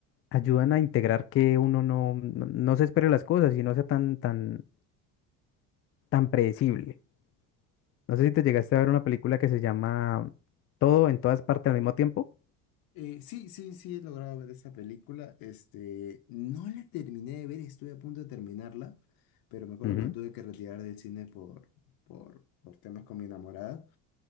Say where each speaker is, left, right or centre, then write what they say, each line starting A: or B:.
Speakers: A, on the left; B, on the left.
A: ayudan a integrar que uno no, no, no se espere las cosas y no sea tan, tan, tan predecible. No sé si te llegaste a ver una película que se llama Todo en todas partes al mismo tiempo.
B: Eh, sí, sí, sí, he logrado ver esa película. Este, no la terminé de ver, estuve a punto de terminarla, pero me acuerdo
A: Ujú,
B: que me tuve que retirar del cine por, por, por temas con mi enamorada.